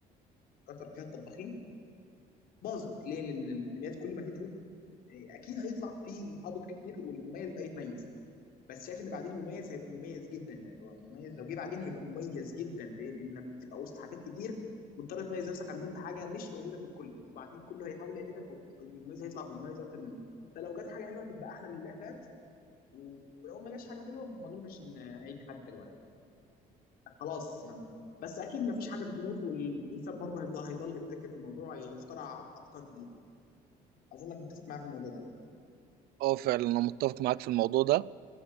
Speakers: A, on the left (about 70°); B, on the right (about 80°).
A: كتر فيها الطباخين باظت ليه لان الانميات كل ما كتروا إيه، اكيد هيطلع فيه هابط كتير والمميز بقى يتميز بس شايف ان بعدين مميز هيبقى مميز جدا اللي هو المميز لو جه بعدين هيبقى مميز جدا ليه؟ لانك بتبقى وسط حاجات كتير مضطر تميز نفسك عنهم بحاجه مش موجوده في الكل وبعدين كله هيحاول يقلدك والمميز هيطلع بمميز اكتر منه فلو جت حاجه حلوه هتبقى احلى من اللي فات ولو ما جاش حاجه حلوه ما اظنش ان هيجي حاجه حلوه يعني خلاص يعني بس اكيد ما فيش حاجه بتموت والانسان برضه هيبقى هيضل يبتكر في الموضوع يخترع افكار جديده اظنك متفق معايا في الموضوع ده
B: اه فعلا انا متفق معاك في الموضوع ده